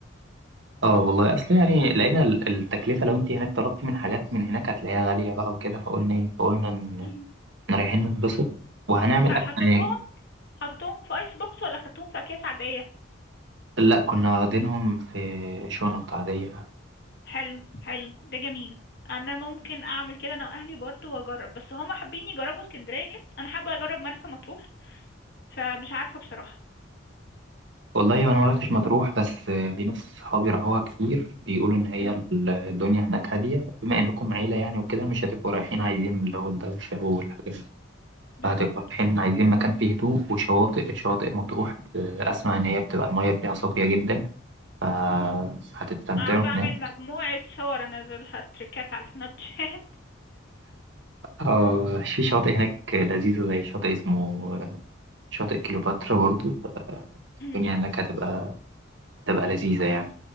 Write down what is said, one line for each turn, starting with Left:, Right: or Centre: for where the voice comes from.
Right: اه والله أصل يعني لقينا ال- التكلفة لو أنت هناك طلبتي من حاجات من هناك هتلاقيها غالية بقى وكده فقلنا إيه فقلنا إن
Left: مم.
Right: إحنا رايحين نتبسط وهنعمل
Left: خ-
Right: أكل
Left: حطيتوهم حطيتوهم في ايس بوكس ولا خدتوهم في اكياس عادية
Right: لا كنا واخدينهم في شنط عادية
Left: حلو حلو ده جميل انا ممكن اعمل كده انا واهلي برضو واجرب بس هما حابين يجربوا اسكندرية انا حابة اجرب مرسى مطروح فمش عارفة بصراحة
Right: والله أنا ما رحتش مطروح بس في ناس صحابي راحوها كتير بيقولوا إن هي
Left: مم.
Right: الدنيا هناك هادية بما إنكم عيلة يعني وكده مش هتبقوا رايحين عايزين اللي هو الدوشة والحاجات دي
Left: بالظبط
Right: فهتبقوا رايحين عايزين مكان فيه هدوء وشواطئ شواطئ مطروح ب- أسمع إن هي بتبقى المية فيها صافية جدا فهتستمتعوا
Left: مم. عاوزة اعمل
Right: هناك
Left: مجموعة صور انزلها ستريكات على سناب شات
Right: آه في شاطئ هناك لذيذة زي شاطئ اسمه آه، شاطئ كليوباترا برضو آه،
Left: <laughs>
Right: الدنيا هناك هتبقى هتبقى لذيذة يعني.